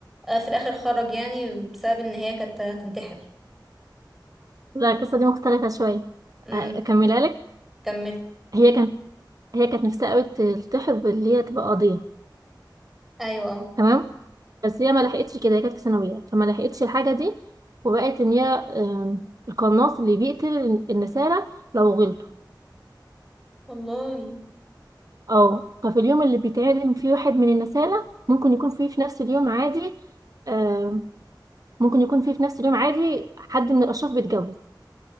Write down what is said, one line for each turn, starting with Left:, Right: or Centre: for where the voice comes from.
Centre: آه، في الاخر خرج يعني بسبب ان هي كانت هتنتحر
Right: لا القصة دي مختلفة شوية
Centre: امم
Right: آه، أكملها لك
Centre: كملي
Right: هي كانت هي كانت نفسها قوي تلتحق باللي هي تبقى قاضية
Centre: ايوه اه
Right: تمام بس هي ما لحقتش كده هي كانت في ثانويه فما لحقتش الحاجه دي وبقت ان هي آم، القناص اللي بيقتل النسالة لو غلطوا
Centre: والله
Right: اه ففي اليوم اللي بيتعدم فيه واحد من النسالة ممكن يكون فيه في نفس اليوم عادي آم، ممكن يكون فيه في نفس اليوم عادي حد من الأشراف بيتجوز